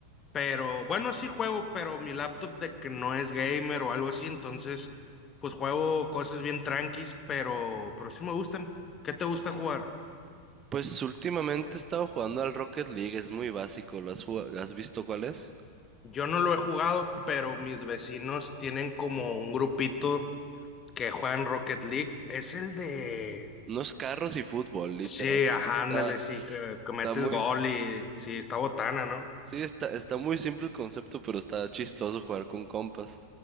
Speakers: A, on the left; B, on the right.
A: Pero bueno, sí juego, pero mi laptop de que no es gamer o algo así, entonces pues juego cosas bien tranquis, pero, pero sí me gustan. ¿Qué te gusta jugar?
B: Pues últimamente he estado jugando al Rocket League, es muy básico. ¿Lo has jugado- has visto cuál es?
A: Yo no lo he jugado, pero mis vecinos tienen como un grupito que juegan Rocket League. Es el de...
B: Unos carros y fútbol, literal.
A: Sí, ajá,
B: Está,
A: ándale, sí, que, que metes
B: está muy,
A: gol y sí, está botana, ¿no?
B: sí, está, está muy simple el concepto, pero está chistoso jugar con compas.